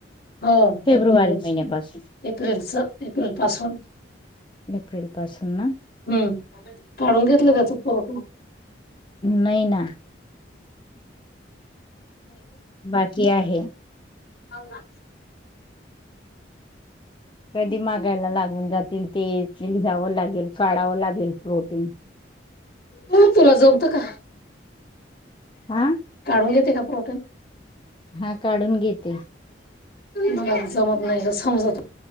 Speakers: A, on the left (about 50°); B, on the left (about 25°).
A: हो
B: फेब्रुवारी
A: एप्रिल
B: महिन्यापासून
A: एप्रिलच एप्रिल पासून
B: एप्रिल पासून ना
A: हम्म काढून घेतलं त्याचा पुरठा
B: नाही ना बाकी आहे आहे
A: आना
B: कधी मागायला लागून जातील ते लिघावं लागेल काडावं लागेल प्रोटीन
A: हो तुला जमत का
B: हा
A: काढून घेते का प्रोटीन
B: हा काढून घेते
A: मला जमत नाही समजत